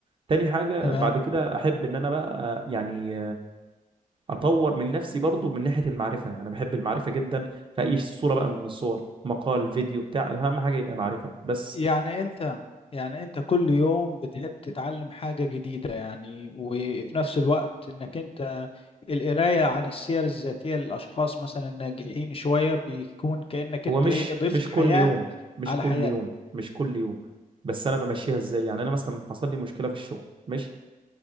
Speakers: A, on the right (about 35°); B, on the left (about 40°).
A: تاني حاجة
B: تمام
A: بعد كده احب ان انا بقى يعني اطور من نفسي برضو من ناحية المعرفة انا بحب المعرفة جدا في اي صورة بقى من الصور مقال فيديو بتاع اهم حاجة يبقى معرفة بس
B: يعني انت يعني انت كل يوم بتحب تتعلم حاجة جديدة يعني وفي نفس الوقت انك انت القراية عن السير الذاتية للاشخاص مثلا الناجحين شوية بيكون كأنك
A: هو
B: انت
A: مش
B: ايه ضفت
A: مش
B: حياة
A: كل يوم مش
B: على
A: كل
B: حياتك
A: يوم مش كل يوم بس انا بمشيها ازاي يعني انا مثلا حصل لي مشكله في الشغل ماشي